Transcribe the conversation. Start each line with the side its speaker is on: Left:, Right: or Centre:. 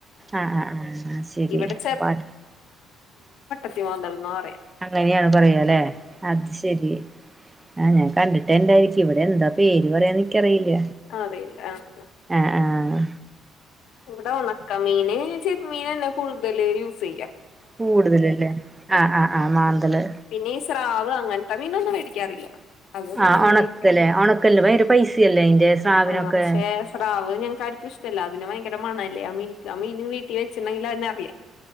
Right: ആഹ് ആ് ആ ശരി
Left: ഇവിടെ
Right: പ-
Left: വദല <inaudible>
Right: അങ്ങനെയാണ് പറയാല്ലെ അത് ശരി ആഹാ ഞാൻ കണ്ടിട്ടെണ്ടായിരിക്കും ഇവിടെ എന്താ പേര് പറയാന്നെനിക്കറിയില്ല.
Left: അറിയില്ല ആഹ്
Right: ആ ആഹാ.
Left: ഇവിടെ ഒണക്ക മീന് മീനാന്നെ കൂടുതല് യൂസെയ്യാ.
Right: കൂടുതലല്ലേ ആ ആ ആ മാന്തള്.
Left: പിന്നെ ഈ സ്രാവ് അങ്ങനത്തെ മീനൊന്നും വേടിക്കാറില്ല. അതൊന്നും
Right: ആഹ്
Left: ഞങ്ങള്
Right: ഒണക്കല്ലേ
Left: കഴിക്കാ
Right: ഒണക്കല്ല് ഭയങ്കര പൈസയല്ലേ അയിന്റെ സ്രാവിനൊക്കെ
Left: ആ പക്ഷെ സ്രാവ് ഞങ്ങക്കാരിക്കും ഇഷ്ടല്ല. അതി വയങ്കര മണല്ലേ ആ മീനിക്ക് ആ മീന് വീട്ടി വച്ചിണ്ടെങ്കിലന്നെ അറിയാം.